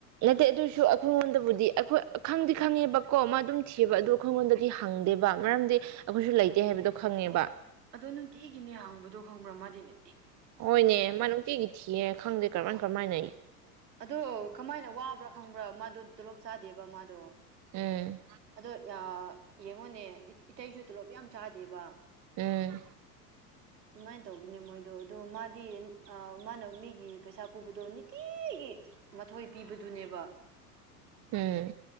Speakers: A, on the right (about 35°); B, on the right (about 85°).
A: ꯅꯠꯇꯦ ꯑꯗ‌ꯣꯏꯁꯨ ꯑꯩꯈꯣꯏꯉꯣꯟꯗꯕꯨꯗꯤ ꯑꯩꯈꯣꯏ ꯈꯪꯗꯤ ꯈꯪꯉꯦꯕꯀꯣ ꯃꯥ ꯑꯗꯨꯝ ꯊꯤꯌ‌ꯦꯕ ꯑꯗꯨ ꯑꯩꯈꯣꯏꯉꯣꯟꯗꯗꯤ ꯍꯪꯗꯦꯕ ꯃꯔꯝꯗꯤ ꯑꯩꯈꯣꯏꯁꯨ ꯂꯩꯇꯦ ꯍꯥꯏꯕꯗꯣ ꯈꯪꯉꯦꯕ
B: ꯑꯗꯣ ꯅꯨꯡꯇꯤꯒꯤꯅꯦ ꯍꯥꯡꯕꯗꯣ ꯈꯪꯕ꯭ꯔꯥ ꯃꯥꯗꯤꯅꯦ
A: ꯍꯣꯏꯅꯦ ꯃꯥ ꯅꯨꯡꯇꯤꯒꯤ ꯊꯤꯌꯦꯦ ꯈꯪꯗꯦ ꯀꯔꯃꯥꯏ ꯀꯔꯝꯃꯥꯏꯅ
B: ꯑꯗꯣ ꯀꯃꯥꯏꯅ ꯋꯥꯕ꯭ꯔꯥ ꯈꯪꯕ꯭ꯔꯥ ꯃꯥꯗꯨ ꯇꯣꯂꯞ ꯆꯥꯗꯦꯕ ꯃꯥꯗꯣ
A: ꯎꯝ
B: ꯑꯗꯣ ꯌꯥ ꯌꯦꯡꯉꯨꯅꯦ ꯏꯇꯩꯁꯨ ꯇꯣꯂꯣꯞ ꯌꯥꯝ ꯆꯥꯗꯦꯕ
A: ꯍꯝ
B: ꯑꯗꯨꯃꯥꯏꯅ ꯇꯧꯕꯅꯦ ꯃꯣꯏꯗꯣ ꯑꯣ ꯃꯥꯗꯤ ꯑ ꯃꯥꯅ ꯃꯤꯒꯤ ꯄꯩꯁꯥ ꯄꯨꯕꯗꯣ ꯅꯤꯇꯤ ꯃꯊꯣꯏ ꯄꯤꯕꯗꯨꯅꯦꯕ
A: ꯎꯝ